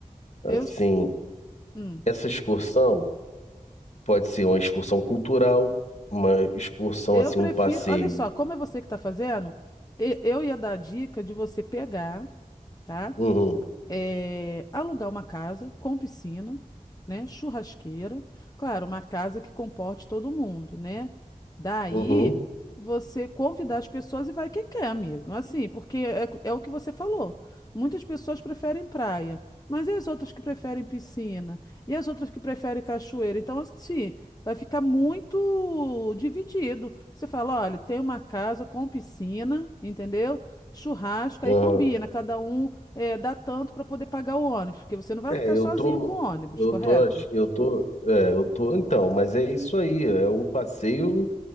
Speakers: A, on the left; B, on the left.
A: Assim,
B: Eu, s- hum,
A: essa excursão pode ser uma excursão cultural, uma excursão,
B: eu
A: assim,
B: prefiro.
A: um passeio.
B: Olha só, como é você que tá fazendo, e- eu ia dar a dica de você pegar, tá?
A: Uhum,
B: é, alugar uma casa com piscina, né, churrasqueira, claro, uma casa que comporte todo mundo, né? Daí
A: uhum,
B: você convidar as pessoas e vai quem quer, amigo. Assim, porque é, é o que você falou. Muitas pessoas preferem praia, mas e as outras que preferem piscina? E as outras que preferem cachoeira? Então, assim, vai ficar muito dividido. Você fala, olha, tem uma casa com piscina, entendeu? Churrasco,
A: uhum.
B: aí combina, cada um. É, dá tanto para poder pagar o ônibus, porque você não vai
A: É,
B: arcar
A: eu
B: sozinho
A: tô,
B: com o ônibus,
A: eu
B: correto?
A: tô, ach- eu tô, é, eu tô, então, mas é isso aí, é um passeio,